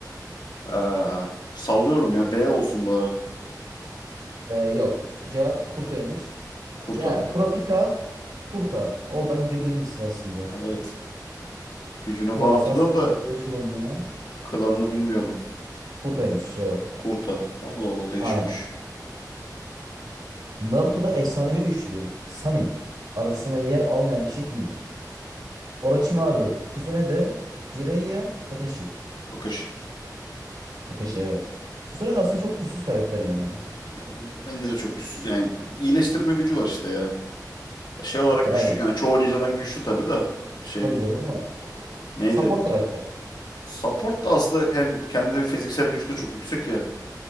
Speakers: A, on the left (about 80°); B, on the right (about 75°).
A: Aa, sallıyorum ya. B olsun bari.
B: Ee, yok. Cevap Kurta'ymış.
A: Kurta.
B: Yani Kurapika, Kurta. Oradan gidebilir misin aslında?
A: Evet. Gücünü
B: Yok
A: falan hatırlıyorum
B: aslında siz
A: da
B: çok da şey olmuyor ama.
A: klanını bilmiyordum.
B: Kurta'ymış cevap.
A: Kurta. Allah Allah değişikmiş.
B: Aynen. Naruto'da efsanevi üçlü Sanin arasına yer almayan kişi kimdir? Orochimaru, Tsunade, Jiraiya, Kakashi.
A: Kakashi.
B: Kakashi evet. Tsunade aslında çok güçsüz karakter ya.
A: E, Bence de çok güçsüz. Yani iyileştirme gücü var işte ya. Şey olarak
B: Ya
A: güçlü yani çoğu ninjadan güçlü tabii da şey
B: Tabii canım ama
A: neydi?
B: support karakter.
A: Support da aslında hem kendi fiziksel gücü de çok yüksek ya.